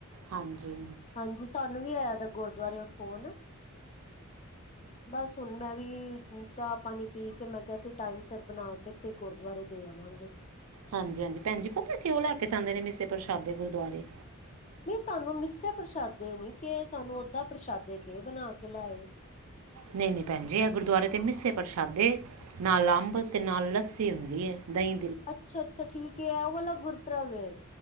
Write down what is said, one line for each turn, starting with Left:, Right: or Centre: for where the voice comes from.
Right: ਹਾਂਜੀ
Left: ਹਾਂਜੀ ਸਾਨੂੰ ਵੀ ਆਇਆ ਦਾ ਗੁਰਦੁਆਰੇਓ ਫੋਨ। ਬਸ ਹੁਣ ਮੈਂ ਵੀ ਚਾ ਪਾਣੀ ਪੀ ਕੇ ਮੈਂ ਕਿਹਾ ਸੀ ਟਾਈਮ ਸਿਰ ਬਣਾ ਕੇ ਤੇ ਗੁਰਦੁਆਰੇ ਦੇ ਆਵਾਂਗੇ।
Right: ਹਾਂਜੀ-ਹਾਂਜੀ ਭੈਣਜੀ ਪਤਾ ਕਿਉਂ ਲੈ ਕੇ ਜਾਂਦੇ ਨੇ ਮਿੱਸੇ ਪ੍ਰਸ਼ਾਦੇ ਗੁਰਦੁਆਰੇ?
Left: ਨਈ ਸਾਨੂੰ ਮਿਸੇ ਪ੍ਰਸ਼ਾਦੇ ਨੀ ਕੇ ਸਾਨੂੰ ਓਦਾਂ ਪ੍ਰਸ਼ਾਦੇ ਕੇ ਬਣਾ ਕੇ ਲੈ ਆਇਓ।
Right: ਨਈਂ-ਨਈਂ ਭੈਣ ਜੀ ਇਹ ਗੁਰਦੁਆਰੇ ਤੇ ਮਿੱਸੇ ਪ੍ਰਸ਼ਾਦੇ ਨਾਲ ਅੰਬ ਤੇ ਨਾਲ ਲੱਸੀ ਹੁੰਦੀ ਹੈ ਦਈ
Left: ਅੱਛਾ-ਅੱਛਾ ਠੀਕ ਉਹ ਵਾਲਾ ਗੁਰਪੁਰਬ ਏ।